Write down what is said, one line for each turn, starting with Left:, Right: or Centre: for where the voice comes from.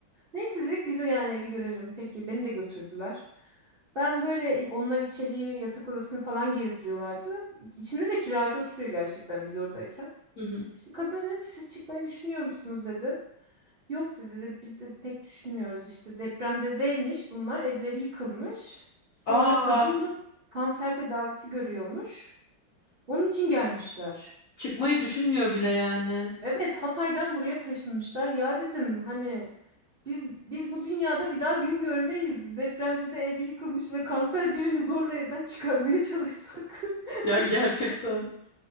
Right: Neyse dedik bize yani evi görelim. Peki beni de götürdüler. Ben böyle onlar içeriği yatak odasını falan gezdiriyorlardı. İçinde de kiracı oturuyor gerçekten biz oradayken.
Left: hı hı.
Right: İşte kadına dedim ki siz çıkmayı düşünüyor musunuz dedim. Yok dedi, dedi biz dedi pek düşünmüyoruz işte depremzedeymiş bunlar evleri yıkılmış. Sonra
Left: Aa,
Right: kadın da kanser tedavisi görüyormuş. Onun için gelmişler.
Left: çıkmayı düşünmüyor bile yani.
Right: Evet Hatay'dan buraya taşınmışlar. Ya dedim hani biz biz bu dünyada bir daha gün görmeyiz. Depremzede evi yıkılmış ve kanser birini zorla evden çıkarmaya çalışsak.
Left: Ya
Right: <laughs>
Left: gerçekten.